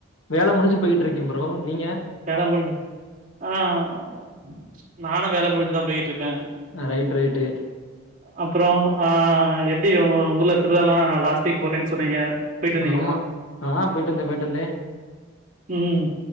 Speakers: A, on the left; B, on the right.
A: வேல முடிஞ்சு போயிக்கிட்ருக்கேன் ப்ரோ நீங்க
B: வேல முடிஞ்சு ஆஹ் நானும் வேல முடிஞ்சுதான் போயிக்கிட்ருக்கேன்
A: ஆன் ரைட் ரைட்டு
B: அப்புறம் எப்டி உ உங்கூர்ல திருவிழாலாம் லாஸ்ட் வீக் போறேனு சொன்னீங்க போயிட்டு வந்தீங்களா
A: ஆம்மா ஆ போய்ட்டு வந்தேன் போய்ட்டு வந்தேன்
B: ம்